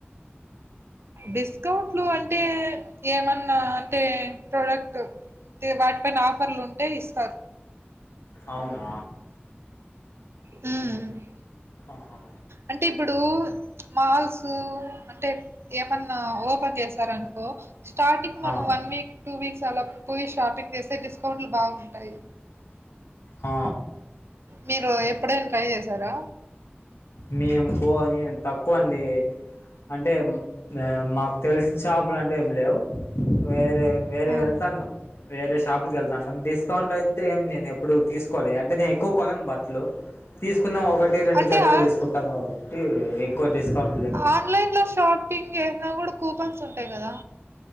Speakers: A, on the right; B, on the left.
A: డిస్కౌంట్లు అంటే ఏమన్నా అంటే ప్రోడక్ట్ వాటిపైన ఆఫర్లు ఉంటే ఇస్తారు
B: అవునా
A: హ్మ్
B: ఆహా
A: అంటే ఇప్పుడు మాల్స్ అంటే ఏమన్నా ఓపెన్ చేసారనుకో స్టార్టింగ్ మనం
B: ఆ,
A: వన్ వీక్ టూ వీక్స్ అలా పోయి షాపింగ్ చేస్తే డిస్కౌంట్లు బాగుంటాయి
B: ఆ
A: మీరు ఎప్పుడైనా ట్రై చేశారా
B: మేము పో అని తక్కువ అండి అంటే మాకు తెలిసిన షాపులు అంటూ ఏమి లేవు వేరే వేరే
A: ఆ
B: వెళ్లతంటం వేరే షాప్లకి వెళ్తుా ఉంటాం డిస్కౌంట్ అంటే ఏమి నేను ఎప్పుడు తీసుకోలే అంటే నేను ఎక్కువ కొనను బట్టలు తీసుకున్నా ఒకటి రెండు
A: అంటే
B: జతలే
A: ఆ
B: తీసుకుంటాం కాబట్టి కొ డిస్కౌంట్
A: ఆన్లైన్ లో షాపింగ్ చేసిన కూడా కూపన్స్ ఉంటాయి కదా